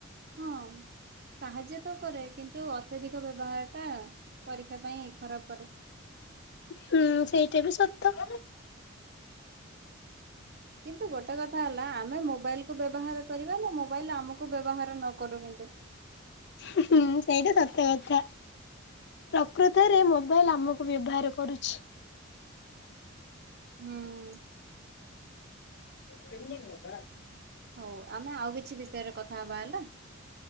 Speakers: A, on the right (about 50°); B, on the left (about 55°).
A: ହଁ ସାହାଯ୍ୟ ତ କରେ କିନ୍ତୁ ଅତ୍ୟଧିକ ବ୍ୟବହାର ଟା ପରୀକ୍ଷା ପାଇଁ ଖରାପ କରେ।
B: ହୁଁ ସେଇଟା ବି ସତ କ
A: କିନ୍ତୁ ଗୋଟେ କଥା ହେଲା ଆମେ ମୋବାଇଲ କୁ ବ୍ୟବହାର କରିବା ନା ମୋବାଇଲ ଆମକୁ ବ୍ୟବହାର ନ କରୁ କିନ୍ତୁ।
B: ହୁଁ ସେଇଟା ସତ୍ୟ ଗଛ। ପ୍ରକୃତରେ ମୋବାଇଲ ଆମକୁ ବ୍ୟବହାର କରୁଛି।
A: ହୁଁ
B: ସେଙ୍ଗିଙ୍ଗ
A: ହଉ ଆମେ ଆଉ କିଛି ବିଷୟରେ କଥା ହବା ହେଲା।